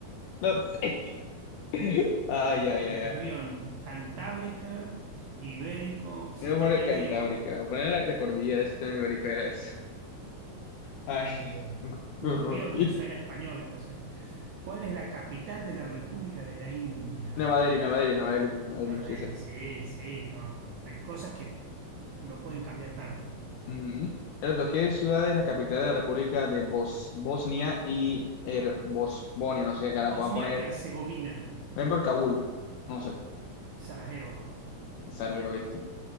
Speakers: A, on the left (about 80°); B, on the right (about 80°).
A: No sé qué. Ay,
B: Ur-
A: ya, ya.
B: Urbión,
A: ay.
B: Cantábrica, Ibérico, sistema
A: Voy a poner
B: ibérico.
A: Cantábrica. Voy a poner la, la cordillera del sistema ibérico. Era eso. Ay,
B: ¿Qué es ibérico?
A: <laughs>
B: Urbión
A: Gurruti.
B: me suena a español, no sé. ¿Cuál es la capital de la República de la India?
A: Nueva Delhi, Nueva Delhi, Nueva Delhi. Nueva Delhi,
B: A
A: sí,
B: ver,
A: sí.
B: sí, sí, no. Hay cosas que no pueden cambiar tanto.
A: Ujú. El otro, ¿qué ciudad es la capital de la República de Bos Bosnia y Her- Bosnia? No sé qué carajo.
B: Bosnia-Herzegovina,
A: Voy a poner. Ven por Kabul. No sé.
B: Sarajevo.
A: Sarajevo, ¿viste?